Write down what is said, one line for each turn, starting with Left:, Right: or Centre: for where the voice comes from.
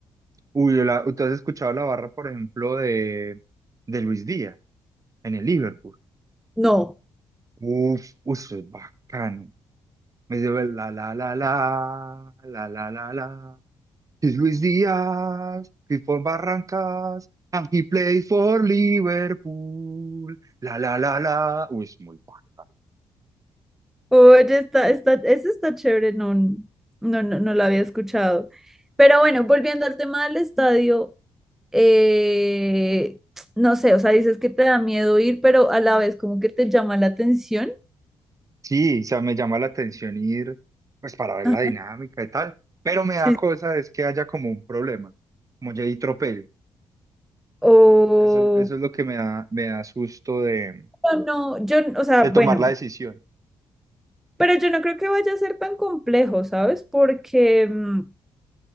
Right: Uy, yo la, ¿tú has escuchado la barra, por ejemplo, de, de Luis Díaz en el Liverpool?
Centre: No.
Right: Uf, uf, eso es bacano. Me dice, la la la la la la la la la. He's Luis Díaz, he's for Barrancas, and he plays for Liverpool. La la la la. Uy, es muy guapa.
Centre: Oye, está, está, ese está chévere, no, no, no, no lo había escuchado. Pero bueno, volviendo al tema del estadio, eh, no sé, o sea, dices que te da miedo ir, pero a la vez como que te llama la atención.
Right: Sí, o sea, me llama la atención ir, pues para ver
Centre: Ajá,
Right: la dinámica y tal. Pero me da
Centre: sí.
Right: cosa
Centre: sí.
Right: es que haya como un problema, como Jay Tropel.
Centre: O
Right: Eso, eso es lo que me da, me da susto de,
Centre: no, no, yo, o sea,
Right: de
Centre: bueno,
Right: tomar la decisión,
Centre: pero yo no creo que vaya a ser tan complejo, ¿sabes? Porque mm,